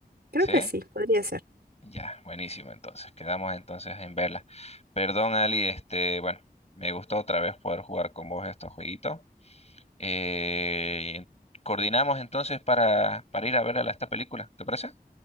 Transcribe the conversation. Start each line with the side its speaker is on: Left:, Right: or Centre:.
Right: creo
Left: ¿Sí?
Right: que sí, podría ser.
Left: Ya, buenísimo. Entonces, quedamos entonces en verla. Perdón, Ali, este, bueno, me gustó otra vez poder jugar con vos estos jueguitos. Eh, coordinamos entonces para, para ir a ver esta película, ¿te parece?